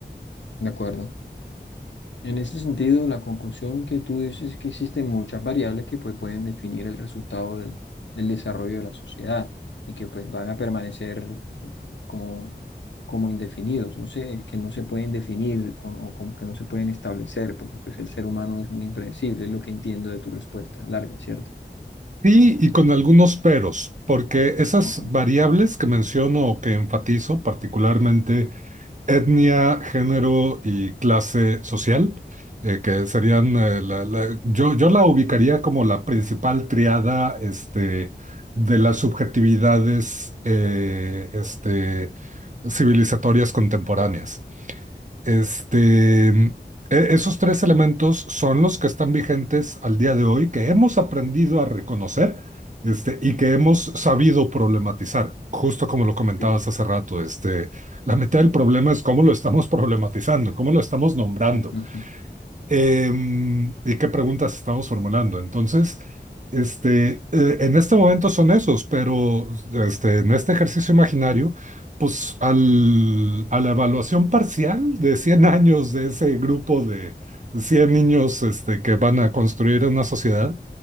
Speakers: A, on the left (about 85°); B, on the right (about 45°).
A: De acuerdo. En ese sentido, la conclusión que tú dices es que existen muchas variables que pues, pueden definir el resultado del, del desarrollo de la sociedad y que pues, van a permanecer como, como indefinidos, no sé, que no se pueden definir con- o como que no se pueden establecer, porque pues, el ser humano es muy impredecible, es lo que entiendo de tu respuesta larga, ¿cierto?
B: Sí, y con algunos peros, porque esas
A: Ok,
B: variables
A: ok,
B: que menciono o que enfatizo, particularmente etnia, género y clase social, eh, que serían, eh, la- la- yo, yo la ubicaría como la principal triada este, de las subjetividades eh, este, civilizatorias contemporáneas. Este, mm, e- esos tres elementos son los que están vigentes al día de hoy, que hemos aprendido a reconocer, este, y que hemos sabido problematizar, justo como lo comentabas
A: sí.
B: hace rato, este, la mitad del problema es cómo lo estamos problematizando, cómo lo estamos nombrando.
A: Ujú.
B: Em, ¿y qué preguntas estamos formulando? Entonces, este, eh, en este momento son esos, pero este, en este ejercicio imaginario, pues al- a la evaluación parcial de 100 años de ese grupo de 100 niños este, que van a construir una sociedad,